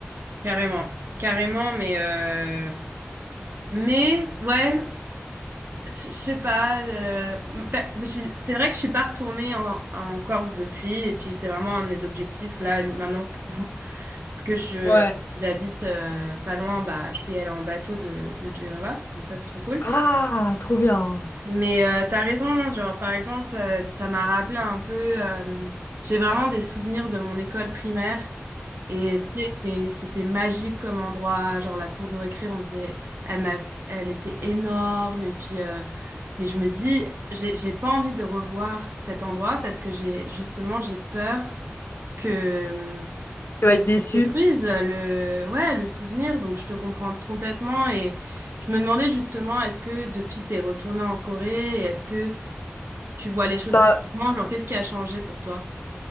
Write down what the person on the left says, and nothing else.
Ouais.
Ah, trop bien.
Tu
vas
être déçu.
Bah,